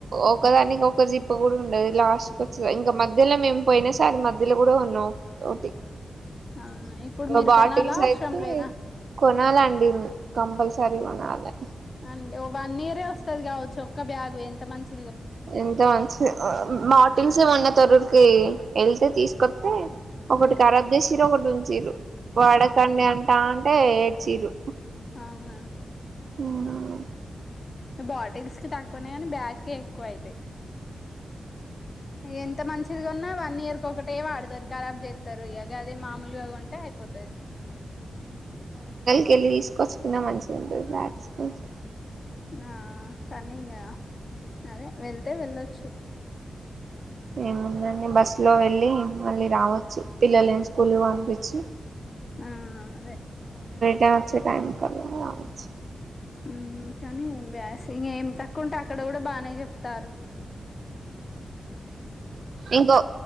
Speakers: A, on the right (about 65°); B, on the left (about 40°).
A: ఒకదానికి ఒక జి ప్ కూడా ఉండది లాస్ట్కి వచ్చా ఇంకా మధ్యలో మేము పోయిన సారి మధ్యలో కూడా ఉన్నాం ఒకటి
B: అవును ఇప్పుడు
A: ఇంకా
B: మీరు
A: బాటిల్స్
B: కొనాలా అవసరం
A: అయితే
B: లేదా
A: కొనాలండి కంపల్సరీ కొనాలి
B: అండి ఓ వన్ ఇయరే వస్తుది కావచ్చు ఒక్క బ్యాగు్ ఎంత మంచి
A: ఎంత మంచి మాటిల్స్ ఏమన్నా తరూరికి వెళ్తే తీసుకొస్తతే ఒకటి
B: ఉమ్,
A: ఖరాబ్ చేసిర్రు ఒకటి ఉ చీరు వాడకండి
B: అవును
A: అంటా అంటే ఏడ్చిరు
B: అవునా
A: ఏం కావాలి
B: బాటిల్స్ కి తక్కువన్నా కానీ బ్యాగ కే ఎక్కువ అవుతాయి ఎంత మంచి చిదిగన్న వన్ ఇయర్ కి ఒకటే వాడతారు కరాబ్ చేస్తారు ఇగ అదే మామూలుగా ట్ట అయిపోతది
A: కే వెళ్ళి తీసుకొచ్చుకున్నా మంచిగా ఉంటుంది బ్యాగ్స్ కొంచెం
B: నా కానీ ఇంకా అదే వెళ్తే వెళ్ళొచ్చు
A: ఏముందండి బస్సు లో వెళ్ళలి మళ్ళీ రావచ్చు పిల్లలను కులు పపించి
B: ఉ అదే
A: చా టైం కాలచ్చ
B: ఉమ్ కానీ బ్యాస్ ఇ ఏం తక్కువ ఉంటే అక్కడ కూడా బానే చెప్తారు ఆ
A: ఇంకో